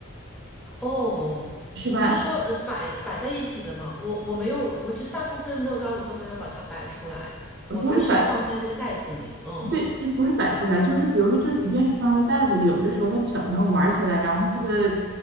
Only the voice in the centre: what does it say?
哦，
你是说呃摆摆在一起的吗？我我没有，我其实大部分乐高我都没有把它摆出来，
我都是放在那个袋子里。嗯